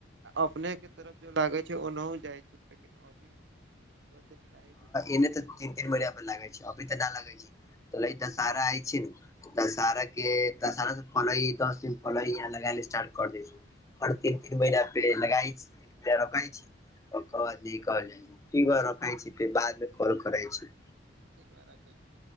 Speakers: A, on the right; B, on the left.
A: अपने के तरफ जो लागे छै, ओना जाइ छै, लेकिन अभी ही दूर गेल रही
B: एने तऽ तीन -तीन महिना पर लागे छै, अभी तऽ नहि लागै छै, त तऽ सारा आइ छै ने। दशहरा के, दशरा से पल दस दिन पल यहाँ लगायले स्टार्ट कर दै छै। हर तीन- तीन महीना प लगई छै, र छै। ओकर बाद न कहल जाइ छै, फर रख छै, फेर बाद मे कल करै छै।
A: ठीक बा राखै छी।